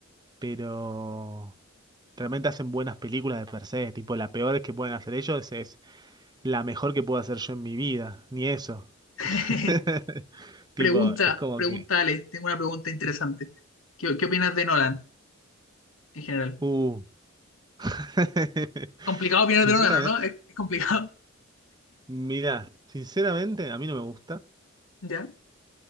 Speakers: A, on the right; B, on the left.
A: pero realmente hacen buenas películas de per se. Tipo, la peor que pueden hacer ellos es la mejor que puedo hacer yo en mi vida, ni eso.
B: <laughs>
A: <laughs> Tipo,
B: Pregunta,
A: es como
B: pregunta,
A: que,
B: Ale, tengo una pregunta interesante. ¿Qué, qué opinas de Nolan en general?
A: uh. <laughs>
B: Complicado opinar
A: Sinceramente.
B: de Nolan, ¿o ¿no? Es, es complicado.
A: Mira, sinceramente a mí no me gusta.
B: <laughs> ¿Ya?